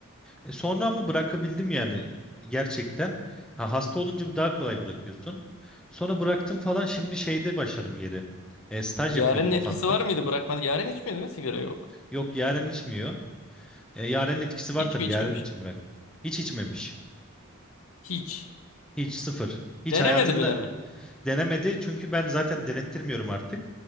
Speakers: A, in the centre; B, on the left.
A: E, sonra ama bırakabildim yani gerçekten. Ha, hasta olunca daha kolay bırakıyorsun. Sonra bıraktım falan şimdi şeyde başladım geri. E, staj
B: Yaren'in
A: yapıyordum
B: etkisi
A: AFAD'da.
B: var mıydı bırakmadı? Yaren içmiyor değil mi sigara yok.
A: Yok Yaren içmiyor. E, Yaren'in etkisi var
B: Hiç
A: tabii
B: mi içmemiş?
A: Yaren için bıraktım. Hiç içmemiş.
B: Hiç.
A: Hiç sıfır. Hiç
B: Denemedi
A: hayatında
B: bile mi?
A: denemedi. Çünkü ben zaten denettirmiyorum artık.